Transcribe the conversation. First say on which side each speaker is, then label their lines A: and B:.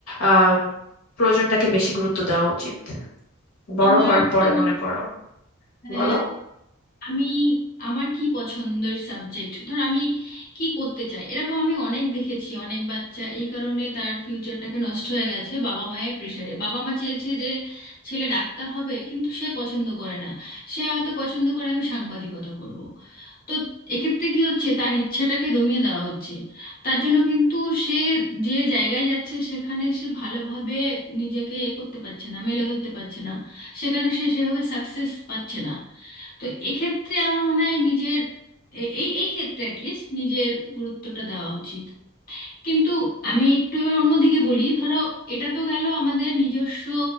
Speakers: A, on the left; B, on the left.
A: আহ প্রয়োজনটাকে বেশি গুরুত্ব দেওয়া উচিত বড়
B: আমার
A: হওয়ার পরে
B: তো মনে
A: মনে করো
B: হয়
A: বলো
B: আমি আমার কি পছন্দের সাবজেক্ট ধর আমি কি করতে চাই এরকম আমি অনেক দেখেছি অনেক বাচ্চা এই কারণে তার ফিউচারটাকে নষ্ট হয়ে গেছে বাবা মায়ের প্রেশারে বাবা মা চেয়েছে যে ছেলে ডাক্তার হবে কিন্তু সে পছন্দ করে না সে হয়তো পছন্দ করে আমি সাংবাদিকতা করব তো এক্ষেত্রে কি হচ্ছে তার ইচ্ছাটাকে দমিয়ে দেওয়া হচ্ছে তার জন্য কিন্তু সে যে জায়গায় যাচ্ছে সেখানে সে ভালোভাবে নিজেকে এ করতে পারছে না মেলে ধরতে পারছে না সেখানে সে সেভাবে সাকসেস পাচ্ছে না তো এক্ষেত্রে আমার মনে হয় নিজের এ- এই এই ক্ষেত্রে অ্যাটলিস্ট নিজের গুরুত্বটা দেওয়া উচিত কিন্তু আমি একটু এবার অন্যদিকে বলি ধরো এটা তো গেল আমাদের নিজস্ব